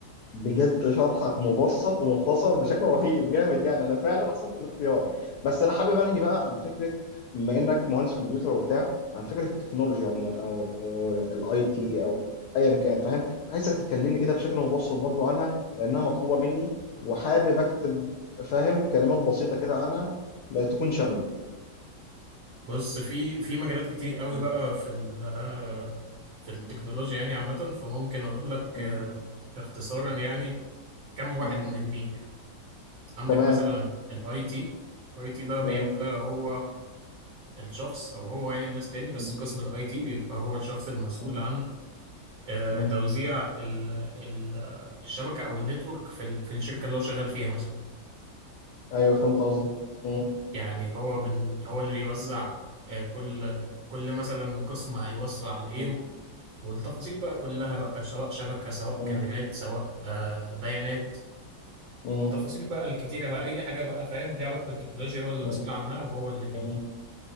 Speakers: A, on the left; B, on the right.
A: بجد شرحك مبسط ومختصر بشكل رهيب جامد يعني انا فعلا احسنت الاختيار بس انا حابب انهي بقى عن فكره بما انك مهندس كمبيوتر وبتاع عن فكره التكنولوجيا عموما او الاي تي او ايا كان فاهم عايزك تكلمني كده بشكل مبسط برضو عنها لانها مطلوبه مني وحابب اكتب فاهم كلمات بسيطه كده عنها ما تكون شامله
B: بص في في مجالات كتير قوي
A: م-
B: بقى في ال... آه، في التكنولوجيا
A: م-
B: يعني عامة فممكن أقول لك
A: م-
B: آه، اختصارا يعني كم واحد
A: م.
B: مهمين يعني عندك
A: تمام
B: مثلا الاي تي الاي تي ده بيبقى
A: م-
B: هو الشخص او هو يعني وناس تاني بس
A: م-
B: قسم الاي تي بيبقى هو الشخص المسؤول
A: م-
B: عن آه،
A: م.
B: توزيع ال ال الشبكه او النتورك في ال- في الشركه اللي هو شغال فيها مثلا
A: ايوه فهمت قصدك م-
B: يعني هو بن هو اللي بيوزع آه، كل كل مثلا قسم هيوصل على ايه
A: م-
B: والتفاصيل بقى كلها بقى سواء شبكه سواء
A: م-
B: كاميرات سواء آه، بيانات
A: م-
B: التفاصيل بقى الكتيره بقى اي حاجه بقى فاهم ليها علاقه بالتكنولوجيا هو اللي
A: مم.
B: مسؤول عنها وهو اللي بي
A: مم.